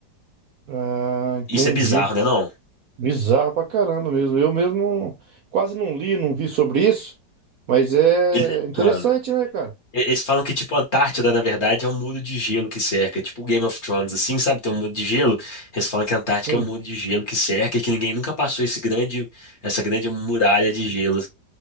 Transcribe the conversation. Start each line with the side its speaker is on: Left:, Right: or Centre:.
Right: Ah, entendi.
Left: Isso é bizarro, né, não?
Right: Bizarro pra caramba mesmo. Eu mesmo não- quase não li, não vi sobre isso, mas é
Left: Ele-
Right: interessante,
Left: ah.
Right: né, cara?
Left: E- Eles falam que, tipo, a Antártida, na verdade, é um muro de gelo que cerca. É Tipo o Game of Thrones, assim, sabe? Tem um muro de gelo. Eles falam que a Antártica
Right: Sim.
Left: é um muro de gelo que cerca e que ninguém nunca passou esse grande, essa grande muralha de gelo.